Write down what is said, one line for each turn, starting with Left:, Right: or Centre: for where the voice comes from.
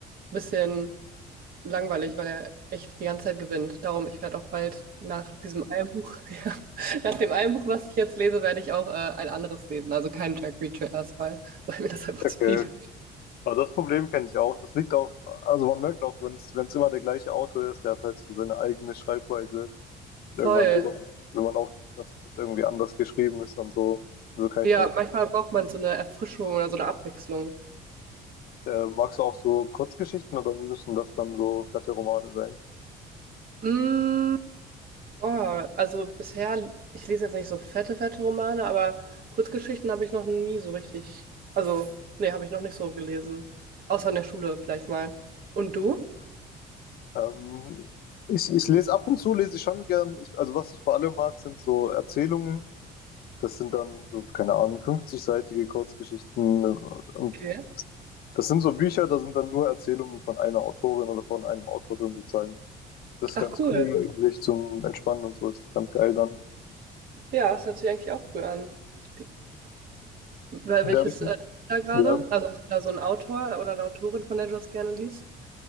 Right: ein bisschen langweilig, weil er echt die ganze Zeit gewinnt. Darum, ich werde auch bald nach diesem einen Buch, <laughs> ja, nach dem einen Buch, was ich jetzt lese, werde ich auch äh, ein anderes lesen. Also kein Jack Reacher erstmal, <laughs> weil mir das einfach
Left: Okay.
Right: zu viel ist.
Left: Aber das Problem kenne ich auch. Das liegt auch, also man merkt auch, wenn es wenn es immer der gleiche Autor ist, der hat halt so seine eigene Schreibweise. Und irgendwann
Right: Voll.
Left: will man, will man auch, dass das irgendwie anders geschrieben ist und so. So kann
Right: Ja,
Left: ich schon.
Right: manchmal braucht man so eine Erfrischung oder so eine Abwechslung.
Left: Äh, magst du auch so Kurzgeschichten oder müssen das dann so fette Romane sein?
Right: Mm, Oh, also bisher, ich lese jetzt nicht so fette, fette Romane, aber Kurzgeschichten habe ich noch nie so richtig. Also, nee, habe ich noch nicht so gelesen. Außer in der Schule vielleicht mal. Und du?
Left: Ähm, ich, ich lese ab und zu, lese ich schon gern. Ich, also was ich vor allem mag, sind so Erzählungen. Das sind dann so, keine Ahnung, 50-seitige Kurzgeschichten. Und
Right: Okay.
Left: das sind so Bücher, da sind dann nur Erzählungen von einer Autorin oder von einem Autor drin sozusagen. Das ist
Right: Ach,
Left: ganz
Right: cool.
Left: cool, eigentlich zum Entspannen und so. Das ist ganz geil dann.
Right: Ja, das hört sich eigentlich auch cool an. Die, wel-
Left: In
Right: welches
Left: der Richtung.
Right: äh, liest du da gerade?
Left: Ja.
Right: Also hast du da so einen Autor oder eine Autorin, von der du das gerne liest?